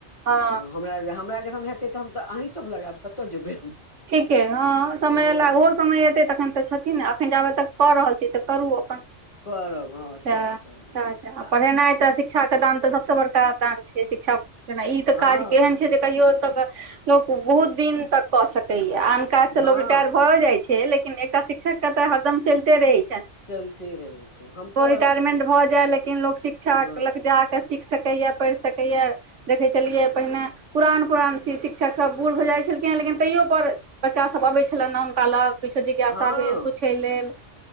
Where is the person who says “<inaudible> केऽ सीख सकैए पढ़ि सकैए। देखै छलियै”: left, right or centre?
Right